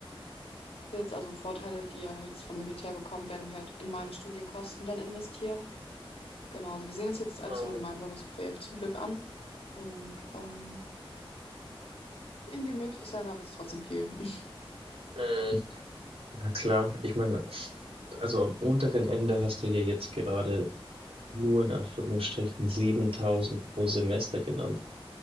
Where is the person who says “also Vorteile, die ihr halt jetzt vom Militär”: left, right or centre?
Left